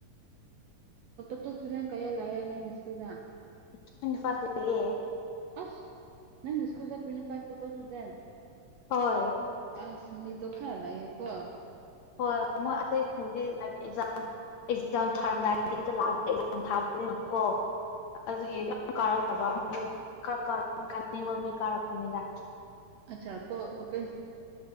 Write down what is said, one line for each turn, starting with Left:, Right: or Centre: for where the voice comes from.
Right: ꯇꯣ ꯁꯨꯗꯦꯟ ꯀꯌꯥ ꯂꯥꯛꯦ ꯅꯪ ꯁ꯭ꯀꯨꯜꯗ
Left: <unintelligible>
Right: ꯑꯁ ꯅꯪ ꯁꯀꯨꯜ ꯆꯠꯄꯅꯤ 'inaudible'꯫
Left: ꯍꯣꯏ
Right: ꯑꯁꯃꯤꯗꯣ ꯈꯥꯔ ꯂꯦꯀꯣ
Left: ꯍꯣꯏ ꯍꯣꯏ ꯃꯣꯏ ꯑꯇꯩꯁꯤꯡꯗꯤ ꯑꯦꯛꯖꯥꯝ ꯑꯦꯛꯖꯥꯝ ꯊꯥꯔꯝꯗꯥꯏꯗꯤ ꯈꯤꯇ ꯂꯥꯛꯑ 'inaudible' ꯊꯥꯕꯅꯦ ꯀꯣ ꯑꯗꯨꯒꯤ꯫ ꯀꯥꯔꯛꯇꯕ ꯎꯝ ꯀꯥ ꯀꯥꯟ ꯀꯥꯅꯤꯡꯕ ꯃꯤ ꯀꯥꯔꯛꯄꯅꯤꯗ꯫
Right: 'inaudible'